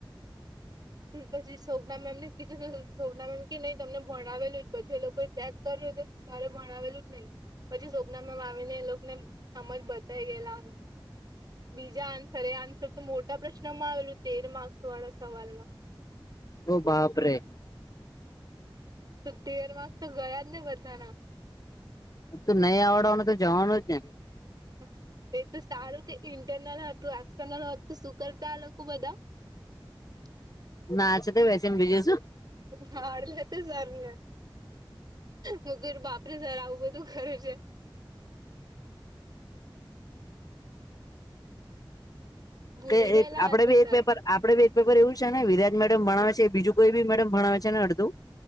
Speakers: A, on the right; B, on the left.
A: પછી શોભના મેમ ને કીધું સોભના મેમ કે નહી તમને ભણાવેલું જ પછી એ લોકોએ ચેક કર્યું તો સારે ભણાવેલું જ નહી. પછી સોપના મેમ આવીને એ લોકો ને સમજ બતાય ગયેલા. બીજા આન્સર એ આન્સર તો મોટા પ્રશ્નમાં આવેલું તેર માર્ક્સ વાળા સવાલમાં.
B: ઓ બાપરેે.
A: તો તેર માર્ક્સ તો ગયા જ ને બધાના.
B: તું નહીં આવડવાને તો જવાનું જ ને.
A: <unintelligible> એટલ સારું કે ઇન્ટરનલ હતું એક્સટર્નલત તો શું કરતા આ લોકો બધા? <inaudible>
B: ના છે તોમ બીજુંસું.
A: હડ લ તો સારું. હુંધર બાપરે સર આવું બધું કરું છે. ભૂલી
B: કે
A: ગયેલા
B: એક આપડે
A: હશે
B: ભી
A: સર
B: એક પેપર આપડે બેજ પેપર એવું છે ને વિરાજ મેડમ ભણાવ છે બીજું કોઈ બી મેડમ ભણાવે છે ને અડધું.